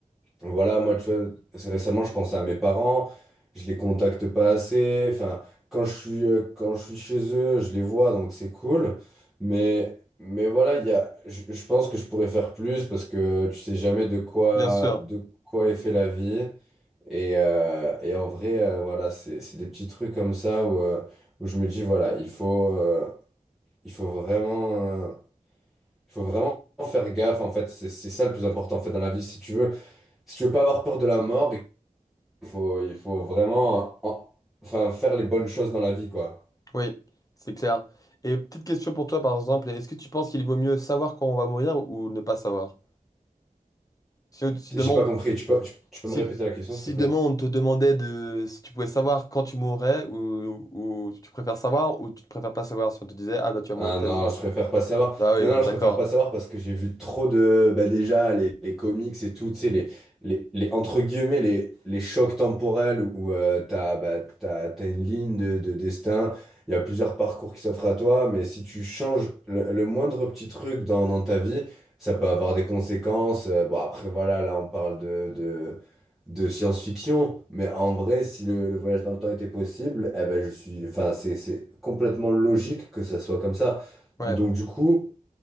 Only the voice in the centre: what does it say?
Voilà, moi, tu vois, récemment, je pensais à mes parents, je les contacte pas assez. Enfin, quand je suis, euh, quand je suis chez eux, je les vois, donc c'est cool. Mais, mais voilà, il y a, je, je pense que je pourrais faire plus parce que tu sais jamais de quoi,
de quoi est fait la vie. Et, euh, et en vrai, euh, voilà, c'est, c'est des petits trucs comme ça où, euh, où je me dis, voilà, il faut, euh, il faut vraiment, euh, il faut vraiment faire gaffe, en fait. C'est, c'est ça le plus important, en fait, dans la vie. Si tu veux, si tu veux pas avoir peur de la mort, il faut, il faut vraiment en- enfin, faire les bonnes choses dans la vie, quoi.
J'ai
pas
compris. Tu peux, tu, tu peux
me répéter la question,
s'il te plaît?
Ah
non,
je préfère pas savoir.
Non, non,
je
préfère pas savoir parce que j'ai vu trop de... Bah déjà, les, les comics et tout, tu sais, les, les, les- entre guillemets, les, les chocs temporels où euh, t'as, bah, t'as, t'as une ligne de, de destin, il y a plusieurs parcours qui s'offrent à toi, mais si tu changes le, le moindre petit truc dans, dans ta vie, ça peut avoir des conséquences. Euh, Bon, après, voilà, là, on parle de, de de science-fiction, mais en vrai, si le, le voyage dans le temps était possible, eh ben je suis, enfin c'est c'est complètement logique que ça soit comme ça.
Donc
du coup,